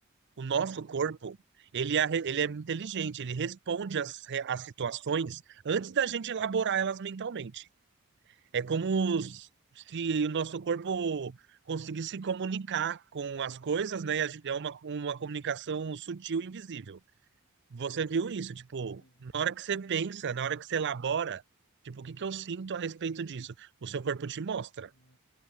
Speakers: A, on the left; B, on the right.
A: Bem,
B: o nosso
A: bem
B: corpo,
A: mais seguro.
B: ele é, ele é inteligente, ele responde às, às situações antes da gente elaborar elas mentalmente. É como se o nosso corpo conseguisse se comunicar com as coisas, né? E a gente- É uma, uma comunicação sutil e invisível. Você viu isso, tipo,
A: Uhum.
B: na hora que você pensa, na hora que você elabora, tipo, o que que eu sinto a respeito disso? O seu corpo te mostra.
A: É.